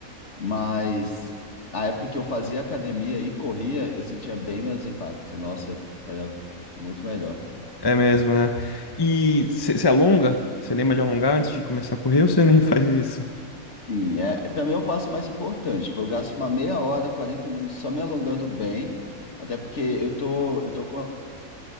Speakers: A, on the left (about 55°); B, on the left (about 20°).
A: Mas a época que eu fazia academia e corria, eu sentia bem menos impacto. Nossa, era muito melhor.
B: É mesmo, né? E você alonga? Você lembra de alongar antes de começar a correr ou você <laughs> nem faz isso?
A: Sim, é, para mim é o passo mais importante. Tipo, eu gasto uma meia hora, 40 minutos só me alongando bem, até porque eu tô, eu tô com